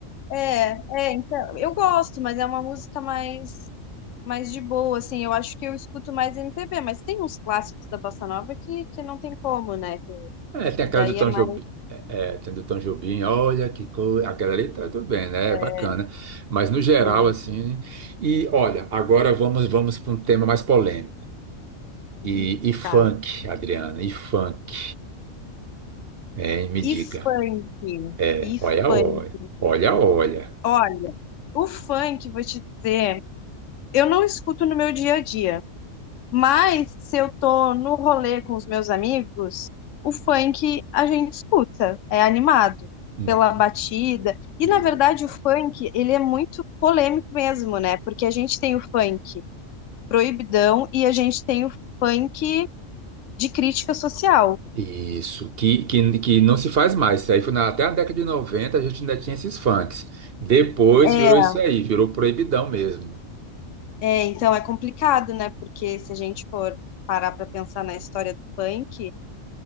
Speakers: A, on the left (about 70°); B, on the right (about 55°).
A: É, é, então, eu gosto, mas é uma música mais mais de boa, assim, eu acho que eu escuto mais MPB, mas tem uns clássicos da Bossa Nova que, que não tem como, né?
B: É, tem
A: Que
B: aquela
A: daí
B: do Tom
A: é mais,
B: Jobim. É, é, tem do Tom Jobim, olha que coisa. Aquela ali tá tudo bem, né?
A: é,
B: É bacana. Mas no geral,
A: assim,
B: assim. E olha, agora vamos vamos para um tema mais polêmico. E,
A: eita.
B: e funk, Adriana, e funk. né? me
A: E
B: diga.
A: funk,
B: É,
A: e
B: olha,
A: funk.
B: olha. Olha, olha.
A: Olha, o funk, vou te dizer, eu não escuto no meu dia a dia, mas se eu tô no rolê com os meus amigos, o funk a gente escuta, é animado
B: Uhum.
A: pela batida. E
B: E,
A: na verdade o funk, ele é muito polêmico mesmo, né? Porque a gente tem o funk proibidão, e a gente tem o funk de crítica social.
B: isso, que, que, que não se faz mais. Isso aí foi na- até a década de 90 a gente ainda tinha esses funks. Depois
A: É,
B: virou isso aí, virou proibidão mesmo.
A: é, então é complicado, né? Porque se a gente for parar para pensar na história do funk,